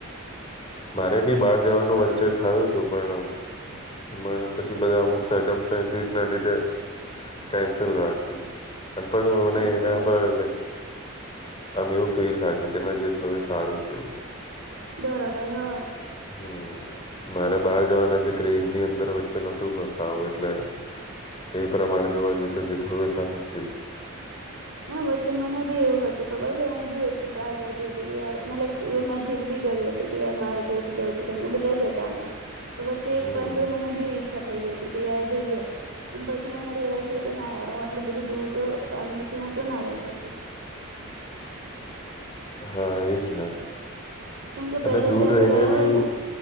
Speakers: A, on the left; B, on the right.
A: મારે ભી બહાર જવાનું
B: બહાર
A: વચ્ચે
B: જવાની
A: થયું હતું પણ મને પછી બધા અમુખ સરગમ સ્ટેન્ડ સીટ ના લીધે કેન્સલ રાખ્યું અનપડ લોકો નેએના
B: ઓકે
A: પરર લક આમ એવું ફીલ થાય છે કે નજી હવે સારું થયું.
B: બરાબર હા
A: હમ્મ. મારે બહાર જવાના છે ક્રેઝ ની અંદર વચ્ચે નોતું બસ સારું એટલે એ પ્રમાણે જોવા જઈએ તો જીત હવે સારું થયું
B: હા વચ્ચે મને બી એવું હતું ખબર છે હું બી વચ્ચે ટ્રાય કરતી હતી કે યાર મે મેં જીદ બી કરી હતી કે યાર મારે જવું છે જવું છે કેમ કે બધા જતા હતા. તો વચ્ચ
A: હમ્મ.
B: એક પોઈન્ટ પર મને બી એવીઈચ્છા થઈ ગઈ હતી કે યાર જઈએ પણ પછી મને રિલાઈઝ થયો કે ના યાર હું આટલું બધું દૂર તો ફેમલી તો ના રહી શકું
A: હા એજ ને
B: કેમ કે
A: અને
B: પહેલેથી
A: દૂર
B: આપડે
A: રહીને
B: રહ્યા
A: બી
B: હોય ને